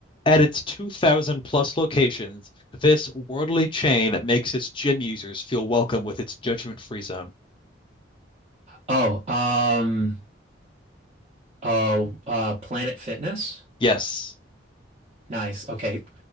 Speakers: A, on the left; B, on the right.
A: At its 2000 plus locations, this worldly chain makes its gym users feel welcome with its judgment-free zone.
B: Oh, um, oh, uh, Planet Fitness.
A: Yes.
B: Nice. Okay,